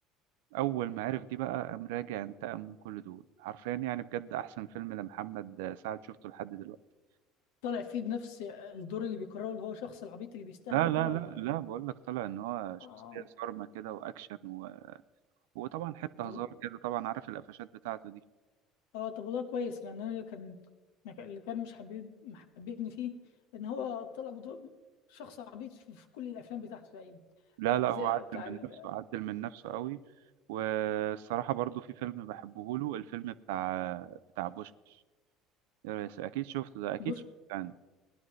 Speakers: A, on the right; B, on the left.
A: اول ما عرف دي بقى قام راجع انتقم من كل دول حرفيا يعني بجد احسن فيلم لمحمد سعد شفته لحد دلوقتي
B: طالع فيه بنفس الدور اللي بيكرره اللي هو شخص العبيط اللي بيستهبل
A: لا لا
B: ده ولا
A: لا لا بقول لك طلع ان هو شخصيه
B: اه آه.
A: صارمه كده واكشن و... وطبعا حته
B: طب
A: هزار كده طبعا عارف القفشات بتاعته دي
B: اه طب والله كويس لان انا اللي كان اللي كان مش حبيب محببني فيه ان هو طلع بدور شخص عبيط في, في كل الافلام بتاعته تقريبا
A: لا لا
B: زي
A: هو عدل
B: بتاع
A: من
B: ال-
A: نفسه عدل من نفسه قوي والصراحه برضو في فيلم بحبه له الفيلم بتاع بتاع بوشكاش يا ريس اكيد شفته ده اكيد
B: بوش
A: شفته يعني